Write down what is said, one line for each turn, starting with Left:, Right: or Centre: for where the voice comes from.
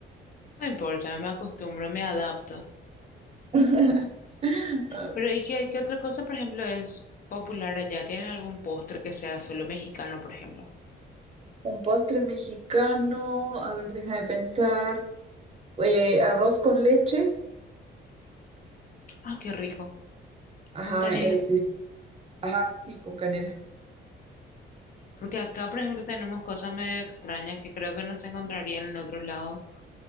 Left: No importa, me acostumbro, me adapto.
Right: <laughs> Ah,
Left: Pero ¿y qué, qué otra cosa, por ejemplo, es popular allá? ¿Tienen algún postre que sea solo mexicano, por ejemplo?
Right: Un postre mexicano, a ver, déjame pensar. eh, arroz con leche
Left: Ah, qué rico,
Right: Ajá,
Left: con canela.
Right: es, es, ajá, sí, con canela.
Left: Porque acá, por ejemplo, tenemos cosas medio extrañas que creo que no se encontrarían en otro lado.